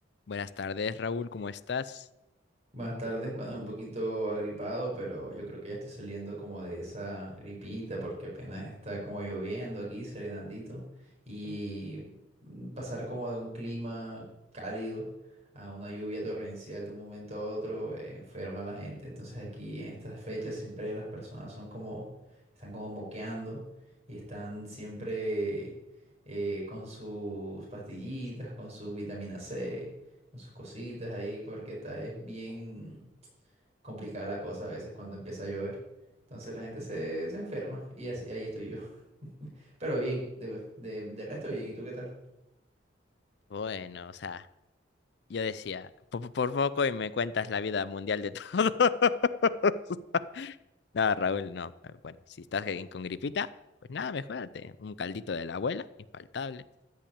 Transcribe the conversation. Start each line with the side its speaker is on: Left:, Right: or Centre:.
Left: Buenas tardes, Raúl, ¿cómo estás?
Right: Buenas tardes, bueno, un poquito agripado, pero yo creo que ya estoy saliendo como de esa gripita porque apenas está como lloviendo aquí, serenandito, y pasar como de un clima cálido a una lluvia torrencial de un momento a otro eh, enferma a la gente. Entonces aquí en estas fechas siempre las personas son como, están como moqueando y están siempre eh, con sus pastillitas, con su vitamina C con sus cositas ahí, porque está, es bien complicada la cosa a veces cuando empieza a llover. Entonces la gente se, se enferma y así- ahí estoy yo. <laughs> Pero bien, de, de, de resto bien, ¿y tú qué tal?
Left: Bueno, o sea, yo decía, po- por, poco y me cuentas la vida mundial de todos. <laughs> No, Raúl, no. eh, Bueno, si estás ahí con gripita, pues nada, mejórate. Un caldito de la abuela, infaltable.